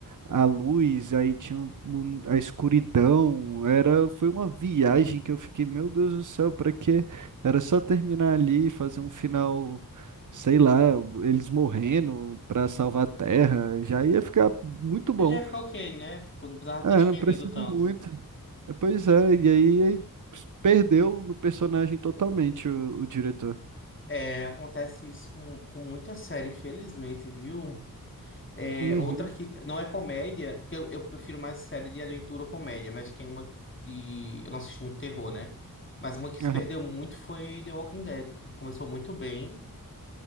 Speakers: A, on the right (about 60°); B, on the left (about 35°).
A: a luz, aí tinha um- um- a escuridão, era, foi uma viagem que eu fiquei, meu Deus do céu, pra quê? Era só terminar ali e fazer um final, sei lá, eles morrendo pra salvar a Terra, já ia ficar muito bom.
B: Eu já ia ficar ok, né? Tipo, não precisava
A: Ah,
B: ter estendido
A: não precisa
B: tanto.
A: de muito. Eh, Pois é, e aí aí perdeu no personagem totalmente o, o diretor.
B: É, acontece isso com, com muita série, infelizmente, viu? É,
A: Uhum.
B: outra que não é comédia, porque eu, eu prefiro mais série de aventura ou comédia, mas tem uma de. Eu não assisto muito terror, né? Mas uma que se
A: aham.
B: perdeu muito foi The Walking Dead, que começou muito bem.